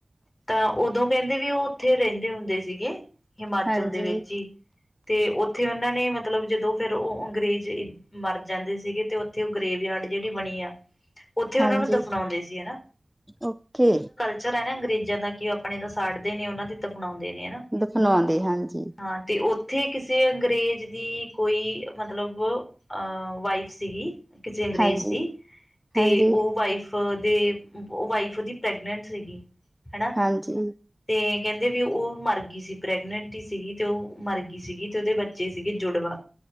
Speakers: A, on the left (about 40°); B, in the centre.
A: ਤਾਂ ਉਦੋਂ ਕਹਿੰਦੇ ਵੀ ਉਹ ਉੱਥੇ ਰਹਿੰਦੇ ਹੁੰਦੇ ਸੀਗੇ ਹਿਮਾਚਲ
B: ਹਾਂਜੀ
A: ਦੇ ਵਿੱਚ ਈ ਤੇ ਉੱਥੇ ਉਹਨਾਂ ਨੇ ਮਤਲਬ ਜਦੋਂ ਫਿਰ ਉਹ ਅੰਗਰੇਜ਼ ਈ ਮਰ ਜਾਂਦੇ ਸੀਗੇ ਤੇ ਉਥੇ ਉਹ ਗਰੇਵ ਯਾਡ ਜੇੜੀ ਬਣੀ ਆ ਉੱਥੇ ਉਹਨਾਂ
B: ਹਾਂਜੀ
A: ਨੂੰ ਦਫ਼ਨਾਉਂਦੇ ਸੀ ਐਨਾ।
B: ਓਕੇ।
A: ਅਕਸਰ ਹੈਨਾ ਅੰਗਰੇਜ਼ਾਂ ਦਾ ਕਿ ਉਹ ਆਪਣੇ ਤਾਂ ਸਾੜਦੇ ਨੇ ਉਹਨਾਂ ਦੀ ਬਣਾਉਂਦੇ ਨੇ ਐਨਾ,
B: ਦਫਨਾਉਂਦੇ ਹਾਂਜੀ
A: ਹਾਂ ਤੇ ਉਹ ਉੱਥੇ ਕਿਸੇ ਅੰਗਰੇਜ਼ ਦੀ ਕੋਈ ਮਤਲਬ ਅਹ ਵਾਈਫ ਸੀਗੀ ਕਿਸੇ ਅੰਗਰੇਜ਼
B: ਹਾਂਜੀ
A: ਦੀ ਤੇ
B: ਹਾਂਜੀ
A: ਉਹ ਵਾਈਫ ਫ ਦੇ ਵਾਈਫ ਉਹਦੀ ਪ੍ਰੈਗਨੈਂਟ ਸੀਗੀ ਹੈਨਾ
B: ਹਾਂਜੀ
A: ਤੇ ਕੈਂਦੇ ਵੀ ਉਹ ਮਰਗੀ ਸੀ ਪ੍ਰੈਗਨੈਂਟ ਈ ਸੀਗੀ, ਤੇ ਉਹ ਮਰਗੀ ਸੀਗੀ ਤੇ ਉਹਦੇ ਬੱਚੇ ਸੀਗੇ ਜੁੜਵਾ